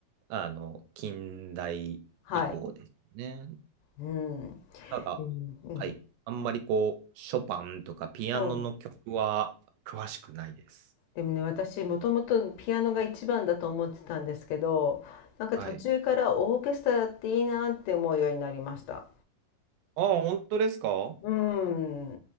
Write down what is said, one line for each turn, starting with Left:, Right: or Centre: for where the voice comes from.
Right: あ、あの、近代以降ですね。
Left: はい、うん、うん、
Right: ただ、
Left: うん。
Right: はい、あんまりこう、ショパンとかピアノの曲は詳しくないです。
Left: そうでもね、私もともとピアノが一番だと思ってたんですけど、なんか途中からオーケストラっていいなって思うようになりました。
Right: はい。ああ、本当ですか
Left: うん。